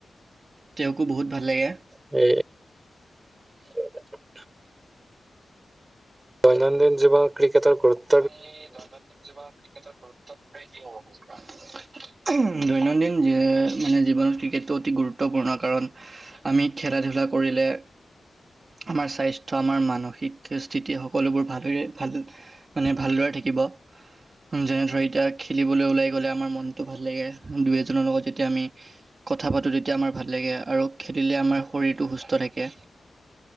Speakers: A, on the right (about 45°); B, on the right (about 25°).
A: তেওঁকো বহুত ভাল লাগে।
B: এ <inaudible> দৈনন্দিন জীৱনত ক্ৰিকেটাৰ <unintelligible>
A: তুমি দৈনন্দিন জীৱনত ক্ৰিকেটৰ গুৰুত্বক লৈ কি ক'ব খোজা? দৈনন্দিন জী মানে জীৱনত ক্ৰিকেটটো অতি গুৰুত্বপূৰ্ণ। কাৰণ আমি খেলা ধূলা কৰিলে আমাৰ স্বাস্থ্য আমাৰ মানসিক স্থিতি সকলোবোৰ ভালৰে ভাল মানে ভালদৰে থাকিব। যেনে ধৰ এতিয়া খেলিবলৈ ওলাই গ'লে আমাৰ মনটো ভাল লাগে। দুই এজনৰ লগত যেতিয়া আমি কথা পাতো তেতিয়া আমাৰ ভাল লাগে আৰু খেলিলে আমাৰ শৰীৰটো সুস্থ থাকে।